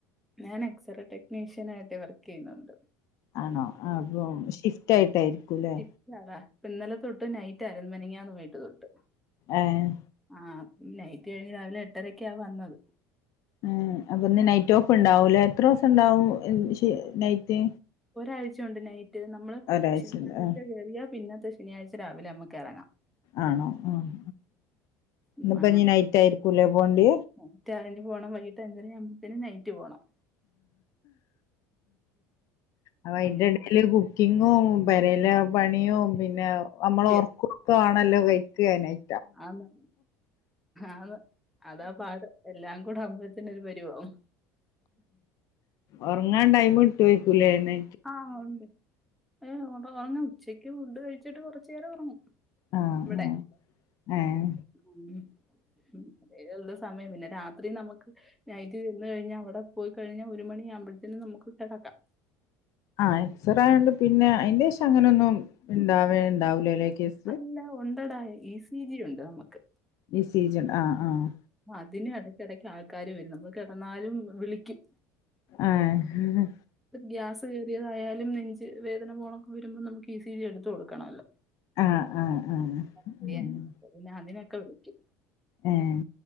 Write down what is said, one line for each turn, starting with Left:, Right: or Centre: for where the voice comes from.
Centre: ഞാൻ എക്സറേ ടെക്നീഷ്യൻ ആയിട്ട് വർക്ക് ചെയ്യുന്നുണ്ട്
Left: ആണോ അപ്പൊ ഷിഫ്റ്റ് ആയിട്ടായിരിക്കുംല്ലേ
Centre: ഇല്ലതാ. ഇന്നലെതൊട്ട് നൈറ്റ് അരുന്ന് മനഞാന്ന് പോയിട്ട് തൊട്ട്
Left: ഏഹ്
Centre: ആ നൈറ്റ് കഴിഞ്ഞ് രാവിലെ എട്ടരക്കെയാ വന്നത്
Left: ഉം അപ്പൊന്ന് നൈറ്റ് ഓഫ് ഉണ്ടാവൂലേ എത്ര ദിവസം ഉണ്ടാവും നൈറ്റ്?
Centre: ഒരാഴ്ചുണ്ട് നൈറ്റ്. നമ്മള്
Left: ഒരാഴ്ച
Centre: ശനിയാഴ്ച
Left: ഉണ്ട്. ആ
Centre: കയറിയ പിന്നത്തെ ശനിയാഴ്ച രാവിലെ നമുക്ക് ഇറങ്ങാം
Left: ആണോ ആഹ്
Centre: ഉം
Left: ഇന്ന്ഇപ്പോഞ്ഞ്
Centre: അങ്ങനെ
Left: നൈറ്റ് ആയിരിക്കൂല്ലേ പോണ്ട്
Centre: നൈറ്റ് അതിന് പോണം വൈകിട്ട് ന് നൈറ്റ് പോണം
Left: അപ്പോ അതിന്റെ
Centre: അങ്ങനെ
Left: ഇടെല് കുക്കിങ്ങും പേരയിലെ പണിയും പിന്നെ നമ്മള്
Centre: കൃത്യ
Left: ഒറക്കും കാണല്ലോ കഴിക്കുകാനായി
Centre: ആന്ന് ആന്ന് അതാ പാട് എല്ലാം കൂടെ ആവുമ്പോത്തിന് ഒര് പരിവാകും
Left: ഒറങ്ങാൻ ടൈം കിട്ടോയ്‌ക്കുംലെ നെ
Centre: ആഹ് ഉണ്ട് ഏഹ് ഒറങ്ങ ഉച്ചക്ക് ഫുഡ് കഴിച്ചിട്ട് കൊറച്ചേരം ഒറങ്ങും
Left: ആ
Centre: ഇവിടെ
Left: ആ ഏ
Centre: ഉം <unintelligible> സമയമില്ല രാത്രി നമുക്ക് നൈറ്റ് വന്ന് കഴിഞ്ഞാൽ അവിടെ പോയി കഴിഞ്ഞാൽ ഒരു മണി ആകുമ്പോഴ്ത്തിന് നമുക്ക് കെടക്കാം
Left: ആ എക്സ്റായോണ്ട് പിന്നെ അതിന്റെഷം അങ്ങനെ ഒന്നും ഇണ്ടാവേ ഉണ്ടാവൂല ലെ കേസ്
Centre: അല്ല ഉണ്ടടാ ഇ സി ജി ഉണ്ട് നമുക്ക്
Left: ഇ സി ജി ഉണ്ട് ആഹ് ആഹ്
Centre: അതിന് എടക്കിടക്ക് ആൾക്കാര് വരും നമ്മൾക്ക് കെടന്നാലും വിളിക്കും
Left: ഏഹ്
Centre: ഗ്യാസ് കയറിയതായാലും നെഞ്ച് വേദന പോണൊക്കെ വരുമ്പോൾ നമുക്ക് ഈ സി ജി എടുത്ത് കൊടുക്കണല്ലോ
Left: ആഹ് ആഹ്
Centre: <unintelligible>
Left: ആഹ്
Centre: ങ്ങേ പിന്നെ അതിനൊക്കെ വിളിക്കും
Left: ഏഹ്